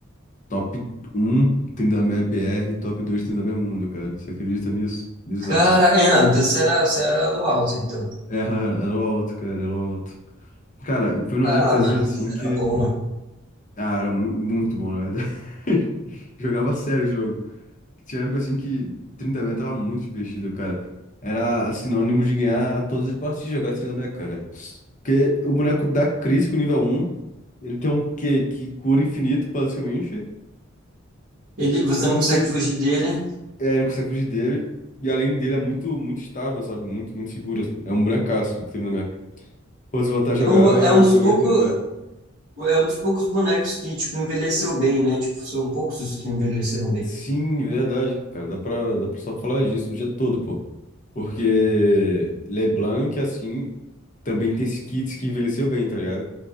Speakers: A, on the left (about 40°); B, on the right (about 45°).
A: Top um, Trindamé BR, top 2 Trindamé Mundo, cara. Você acredita nisso? Bizarro.
B: Cara, é, não, então você era, você era elo alto, então.
A: É, <laughs> era o alto, cara, era o alto. Cara, e foi numa
B: Ah,
A: épocazinha
B: mano,
A: assim
B: você
A: que.
B: era bom.
A: Ah, era mu- muito bom, na verdade. <laughs> Jogava sério o jogo. Tinha uma época assim que 30 mega tava muito divertido, cara. Era sinônimo de ganhar todas as partidas jogar 30 mega, cara. Porque o boneco dá crítico nível um, ele tem um Q que cura infinito, basicamente.
B: Ele, você
A: E
B: não
A: não
B: consegue
A: tem
B: fugir dele.
A: É, não consegue fugir dele. E além dele é muito, muito estável, sabe? Muito, muito seguro. assim. É um bonecaço o 30 Pô, se voltar a jogar,
B: É um, bo- é um
A: eu
B: dos
A: jogaria
B: poucos.
A: 30
B: É um dos poucos bonecos que, tipo, envelheceu bem, né? Tipo, são poucos os que envelheceram bem.
A: Sim, verdade, cara. Dá pra, dá pra só falar disso o dia todo, pô. Porque LeBlanc, assim, também tem esses kits que envelheceu bem, tá ligado?